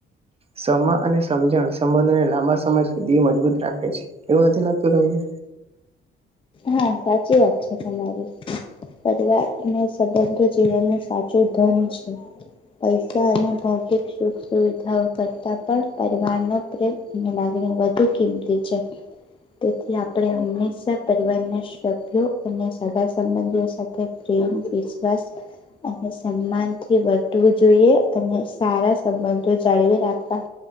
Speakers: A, on the right; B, on the left.
A: સમા અને સમજણ સંબંધને લાંબા સમય સુધી મજબૂત રાખે છે એવું નથી લાગતું તમને.
B: હા સાચી વાત છે તમારી પરિવાર અને સંબંધો જીવનનું સાચું ધૂમ છે પૈસા અને ભૌતિક સુખ સુવિધાઓ કરતા પણ પરિવારનો પ્રેમ અને લાગણી વધુ કિંમતી છે તેથી આપણે હંમેશા પરિવારને સભ્યો અને સગા સંબંધી સાથે પ્રેમ વિશ્વાસ અને સન્માનથી વર્તવું જોઈએ અને સારા સંબંધો જાળવી રાખવા